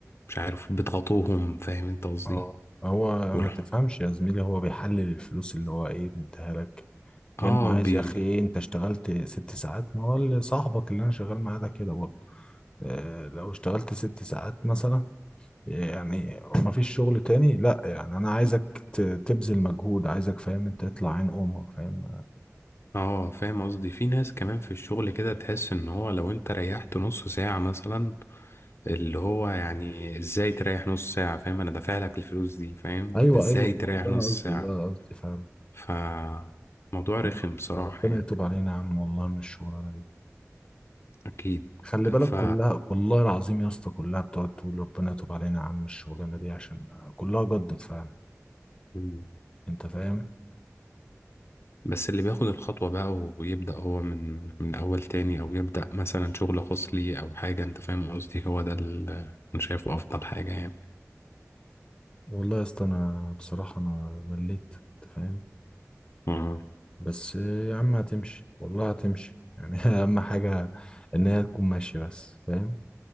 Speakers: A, on the left (about 55°); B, on the left (about 15°).
A: مش عارف بيضغطوهم فاهم انت قصدي
B: اه هو ما
A: والح-
B: تفهمش يا زميلي هو بيحلل الفلوس اللي هو ايه مديها لك
A: اه
B: كأنه عايز
A: بي
B: يا اخي ايه انت اشتغلت ست ساعات ما هو اللي صاحبك اللي انا شغال معاه ده كده برضه اه لو اشتغلت ست ساعات مثلا يعني ما فيش شغل تاني لا يعني انا عايزك ت- تبذل مجهود عايزك فاهم انت تطلع عين امك فاهم
A: اه فاهم قصدي في ناس كمان في الشغل كده تحس ان هو لو انت ريحت نص ساعة مثلا اللي هو يعني ازاي تريح نص ساعة فاهم انا دافع لك الفلوس دي فاهم
B: ايوه
A: ازاي
B: ايوه ما
A: تريح
B: هو ده
A: نص
B: انا قصدي
A: ساعة
B: ده أنا قصدي فاهم
A: ف موضوع رخم
B: يا عم
A: بصراحة
B: ربنا
A: يعني
B: يتوب علينا يا عم والله من الشغلانه دي
A: اكيد
B: خلي بالك
A: ف
B: كلها والله العظيم يا اسطى كلها بتقعد تقول ربنا يتوب علينا يا عم الشغلانه دي عشان كلها جدت فعلا
A: مم.
B: انت فاهم
A: بس اللي بياخد الخطوة بقى ويبدأ هو من من أول تاني أو يبدأ مثلا شغل خاص ليه أو حاجة أنت فاهم قصدي هو ده اللي أنا شايفه أفضل حاجة
B: والله يا اسطى انا بصراحه انا مليت انت فاهم
A: يعني
B: بس يا عم هتمشي والله هتمشي يعني <laughs> اهم حاجه ان هي تكون ماشيه بس فاهم